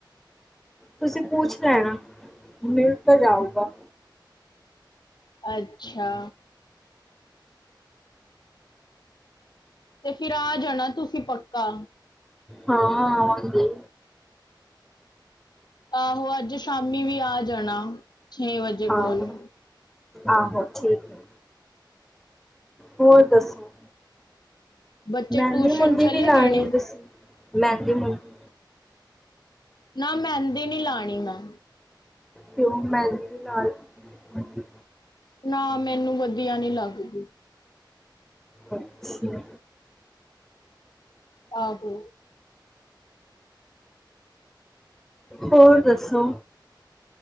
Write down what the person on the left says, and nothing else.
ਅੱਛਾ। ਤੇ ਫੀਰ ਆ ਜਾਣਾ ਤੁਸੀਂ ਪੱਕਾ।
ਆਹੋ ਅੱਜ ਸ਼ਾਮੀ ਵੀ ਆ ਜਾਣਾ, ਛੇ ਵਜੇ ਕੋਲ।
ਬੱਚੇ
ਟਿਊਸ਼ਨ ਚਲੇ
ਗਏ ਨੇ
ਨਾ ਮੈਂਦੀ ਨੀ ਲਾਣੀ ਮੈਂ
ਨਾ, ਮੈਨੂੰ ਵਧੀਆ ਨੀ ਲਾਗਦੀ।
ਆਹੋ